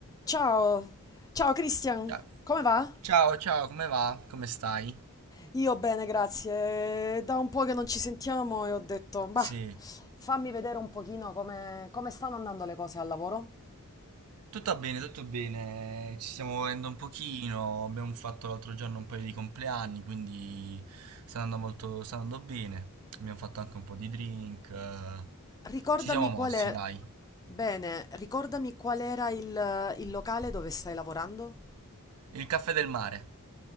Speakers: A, on the left; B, on the right.
A: Ciao, ciao Christian,
B: Ciao,
A: come va?
B: ciao, ciao, come va? Come stai?
A: Io bene, grazie. Da un po' che non ci sentiamo e ho detto, bah,
B: Sì,
A: fammi vedere un pochino come, come stanno andando le cose al lavoro.
B: tutto bene, tutto bene. Ci stiamo muovendo un pochino. Abbiamo fatto l'altro giorno un paio di compleanni, quindi sta andando molto, sta andando bene. Abbiamo fatto anche un po' di drink. eh,
A: Ricordami
B: Ci siamo mossi,
A: qual è...
B: dai.
A: Bene, ricordami qual era il, il locale dove stai lavorando?
B: Il caffè del mare.